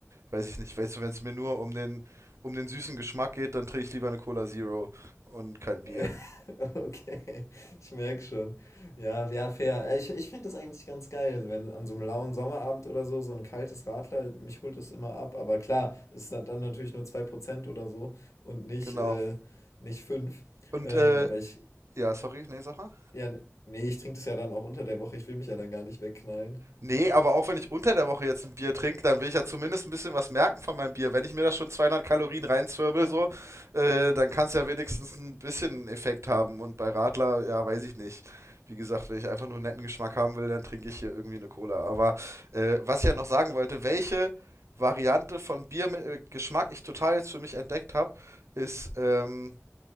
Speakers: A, on the right (about 70°); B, on the left (about 85°).
A: weiß ich nicht, weißt du, wenn es mir nur um den, um den süßen Geschmack geht, dann trinke ich lieber eine Cola Zero und kein
B: Äh,
A: Bier.
B: <laughs> Okay, ich merke schon. Ja, ja, fair. Äh, Ich, ich finde das eigentlich ganz geil, wenn an so einem lauen Sommerabend oder so, so ein kaltes Radler, mich holt es immer ab. Aber klar, es ist dann natürlich nur 2% oder so und nicht,
A: Genau.
B: äh, nicht 5.
A: Und
B: Ähm,
A: äh,
B: aber ich,
A: ja, sorry, nee, sag mal.
B: ja, nee, ich trinke das ja dann auch unter der Woche. Ich will mich ja dann gar nicht wegknallen.
A: Nee, aber auch wenn ich unter der Woche jetzt ein Bier trinke, dann will ich ja zumindest ein bisschen was merken von meinem Bier. Wenn ich mir da schon 200 Kalorien reinzwirbel, so, äh, dann kann es ja wenigstens ein bisschen Effekt haben. Und bei Radler, ja, weiß ich nicht. Wie gesagt, wenn ich einfach nur einen netten Geschmack haben will, dann trinke ich hier irgendwie eine Cola. Aber äh, was ich ja noch sagen wollte, welche Variante von Bier mit äh, Geschmack ich total jetzt für mich entdeckt habe, ist ähm,